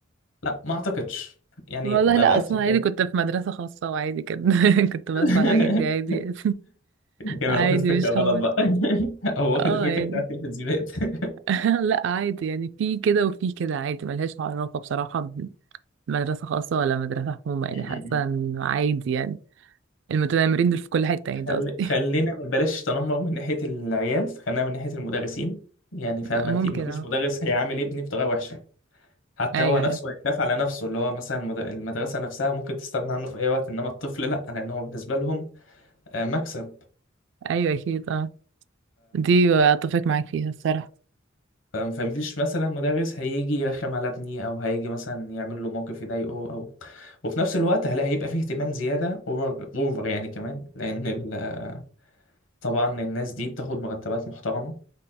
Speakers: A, on the left; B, on the right.
A: لا ما اعتقدش يعني
B: والله
A: ما
B: لا
A: بقتش
B: اصلا عادي
A: كده
B: كنت في مدرسة خاصة وعادي كده <laughs> كنت بسمع
A: <laughs>
B: الحاجات دي عادي
A: <laughs>
B: <laughs> يعني
A: يمكن انا
B: عادي
A: واخد فكره
B: مش
A: غلط
B: حوار
A: بقى <laughs> او واخد
B: اه
A: الفكره
B: يعني
A: بتاعت التلفزيونات <laughs>
B: <laughs> لا عادي يعني في كده وفي كده عادي ملهاش علاقة بصراحة بمدرسة خاصة ولا مدرسة حكومة يعني
A: م-م-م.
B: حاسة انه عادي يعني المتنمرين دول في كل حتة يعني
A: خل...
B: ده قصدي
A: خلينا ما بلاش تنمر من ناحيه العيال خلينا من ناحيه المدرسين يعني
B: <laughs>
A: فاهمه
B: ممكن
A: انت ما فيش
B: اه
A: مدرس هيعامل ابني بطريقه وحشه حتى
B: ايوه
A: هو نفسه هيخاف على نفسه اللي هو مثلا المد... المدرسه نفسها ممكن تستغنى عنه في اي وقت انما الطفل لا لان هو بالنسبه لهم آه، مكسب
B: ايوه اكيد اه دي اتفق معاك فيها الصراحة
A: فاهم فمفيش مثلا مدرس هيجي يرخم على ابني او هيجي مثلا يعمل له موقف يضايقه او وفي نفس الوقت هلا هيبقى فيه اهتمام زياده اوفر اوفر يعني كمان لان ال... طبعا الناس دي بتاخد مرتبات محترمه